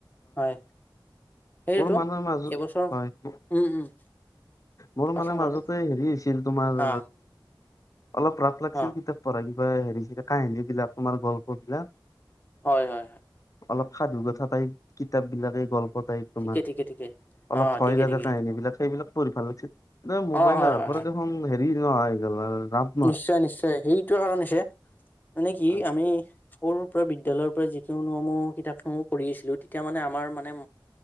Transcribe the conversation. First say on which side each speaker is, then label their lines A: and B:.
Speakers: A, on the left (about 20°); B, on the left (about 40°).
A: হয় সেইটোতো
B: মোৰ মানুহৰ মাজত,
A: এইবছৰ
B: হয়
A: উম উম।
B: মোৰ
A: কোৱাচোন
B: মানে মাজতে
A: কোৱাচোন
B: হেৰি হৈছিল তোমাৰ
A: অ
B: অলপ ৰাস লাগিছিল
A: অ
B: কিতাপ পৰা কিবা হেৰিছিলে কাহিনীবিলাক তোমাৰ গল্পবিলাক।
A: হয়, হয়। হয়
B: অলপ সাধুকথা টাইপ, কিতাপবিলাক এই গল্প টাইপ। তোমাৰ
A: ঠিকে ঠিকে ঠিকে
B: অলপ
A: অ
B: ভয়
A: ঠিকে
B: লগা
A: ঠিকে
B: কাহিনীবিলাক সেইবিলাক পঢ়ি ভাল লাগিছিল। <unintelligible> মোবাইলাৰ
A: অ হয় হয়
B: আগতে
A: হয়
B: দেখোন হেৰি নহয় <unintelligible>
A: নিশ্চয়, নিশ্চয় সেইটোকাৰণ হৈছে মানে কি
B: হয়
A: আমি সৰুৰ পৰা বিদ্যালয়ৰ পৰা যিখিনিসমূহ কিতাপসমূহ পঢ়ি আহিছিলোঁ তেতিয়া মানে আমাৰ মানে